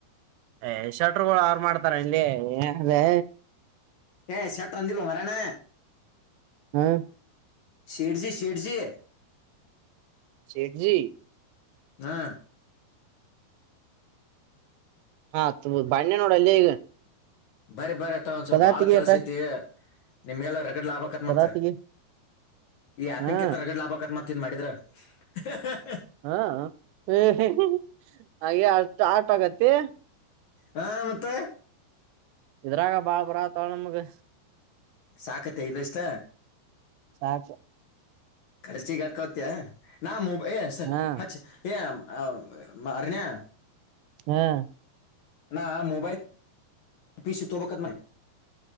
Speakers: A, on the right (about 85°); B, on the left (about 55°).
A: ಏ ಶಟರುಗಳು ಯಾರು ಮಾಡ್ತಾರ ಇಲ್ಲಿ ಏನು ಲೀ
B: ಏ ಶಟ್ ಅಂದಿಲ್ಲ ಮರಣ್ಣ
A: <unintelligible>
B: ಶೇಠಜಿ ಶೇಠಜಿ
A: ಶೇಠಜಿ
B: ಹಾ
A: ಹಾ ಆತು ಬ್ಯಾವ್ಡೂ ಬಣ್ಣೆ ನೋಡಲ್ಲ ಈಗ
B: ಬರ ಬರ ಅ ಒಂದ್ಸ
A: ಕದಾ
B: ಬಾಳ
A: ತೆಗಿ
B: ಕೆಲಸ
A: ಅಟ
B: ಐತಿ ನಿಮ್ಗೆಲ್ಲ ಲಾಭತ್
A: ಕದಾ
B: ಮತ್ತೆ
A: ತೆಗಿ
B: ಈ ಆಪಿಂಗ್ಗೆ
A: ಹಾ
B: ತರಗಡೆ ಲಾಭ ಆಕತ್ ಮತ್ತೆ ತಿನ್ ಮಾಡಿದ್ರ <unintelligible>
A: ಹಾ <unintelligible> ಹಾಗೆ ಆ ಆಟ ಸ್ಟಾರ್ಟ್ ಆಗತ್ತ
B: ಹಾ ಮತ್ತೆ
A: ಇದ್ರಾಗ ಬಾ ಬರಕಟಲವ್ರೂ ನಮಗೆ
B: ಸಾಕತ್ತ ಐದುಷ್ಟ
A: ಸಾಕು
B: ಕರ್ಚಿಗ ಹಾಕತ್ಯ ನಾ ಏ
A: ಹಾ
B: ಹಚ್ಚ ಏ <unintelligible> ಅರಿನಯ
A: ಹ್ಮ್
B: ನಾ ಮೊಬೈಲ್ ಪೀ ಸಿ ತಗೋಬೇಕು ಮಾಡಿದೆ